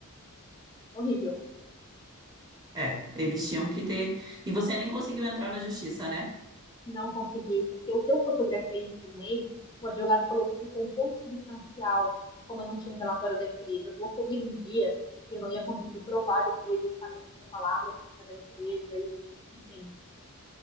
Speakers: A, on the left (about 20°); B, on the right (about 20°).
A: horrível.
B: É, eles tinham que ter. E você nem conseguiu entrar na justiça, né?
A: Não consegui, porque o que eu fotografei e filmei, o advogado falou que ficou um pouco substancial, e como eu não tinha um relatório da empresa do ocorrido no dia, eu não ia conseguir provar depois exatamente a minha palavra contra a da empresa e, enfim,